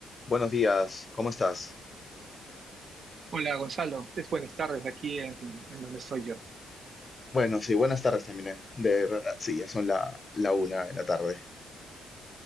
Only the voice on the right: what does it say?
Hola Gonzalo, es buenas tardes aquí en, en donde estoy yo.